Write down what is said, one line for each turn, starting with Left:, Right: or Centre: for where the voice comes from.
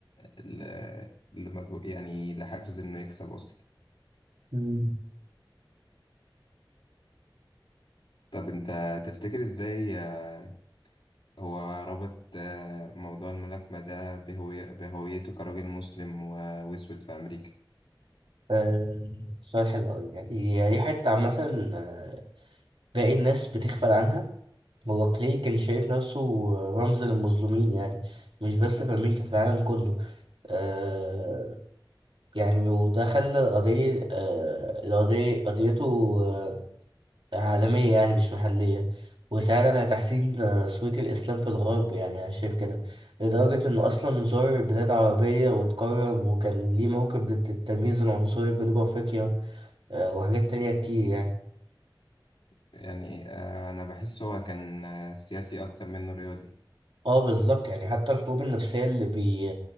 Left: ل- لمجهو- يعني لحافز إنه يكسب أصلا
Right: مم.
Left: طب أنت تفتكر إزاي آه، هو ربط آه، موضوع الملاكمة ده بهوي- بهويته كراجل مسلم و- وأسود في أمريكا
Right: آه، سؤال حلو أوي يعني يعني دي حتة عامة آه، باقي الناس بتغفل عنها هو كلاي كان شايف نفسه رمز للمظلومين يعني مش بس في أمريكا في العالم كله آه يعني وده خلى القضية آه القضية قضيته آه عالمية يعني مش محلية وساعد على تحسين آه، صورة الإسلام في الغرب يعني أنا شايف كده لدرجة إنه أصلا زار بلاد عربية واتكرم وكان ليه موقف ضد التمييز العنصري في جنوب أفريقيا آه وحاجات تانية كتير يعني
Left: يعني آه، أنا بحس هو كان آه، سياسي أكتر منه رياضي
Right: اه بالظبط يعني حتى الحروب النفسية اللي بي...